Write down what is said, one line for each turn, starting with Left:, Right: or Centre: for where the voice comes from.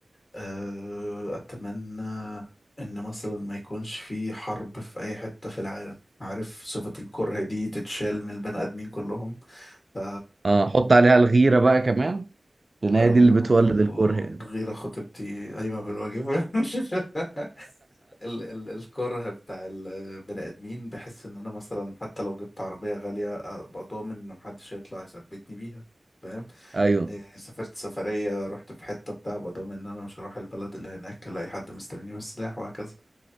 Left: أه، أتمنى إن مثلا ما يكونش في حرب في أي حتة في العالم عارف صفة الكره دي تتشال من البني آدمين كلهم ف
Right: اه حط عليها الغيره بقى كمان لان
Left: لا
Right: هي
Left: ال-
Right: دي اللي بتولد
Left: ال-
Right: الكره يعني
Left: الغيرة خطيبتي قايمة بالواجب <laughs> ال ال الكره بتاع البني آدمين بحس إن أنا مثلا حتى لو جبت عربية غالية أبقى ضامن إن محدش هيطلع يثبتني بيها فاهم
Right: <laughs> ايوه
Left: إيه، سافرت سفرية رحت في حتة بتاع أبقى ضامن إن أنا مش هروح البلد اللي هناك ألاقي حد مستنيني بالسلاح وهكذا